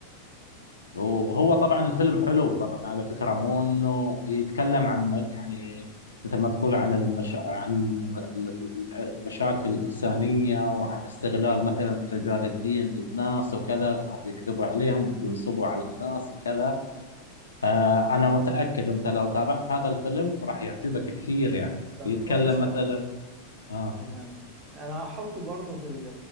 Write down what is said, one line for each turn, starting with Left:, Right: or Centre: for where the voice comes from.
Left: وهو طبعا الفيلم حلو طبعا على فكرة مو انه يتكلم عن م- يعني مثل ما تقول عن المشا... عن الم- المشاكل الإنسانية وعن استغلال مثلا رجال الدين للناس وكذا انهم بيكذبوا عليهم بينصبوا على الناس وكذا آه انا متأكد انت لو تابعت هذا الفيلم راح يعجبك كثير يعني
Right: طب
Left: بيتكلم
Right: كويس
Left: مثلا
Right: قوي
Left: آه
Right: تمام انا هحطه برضه في ال-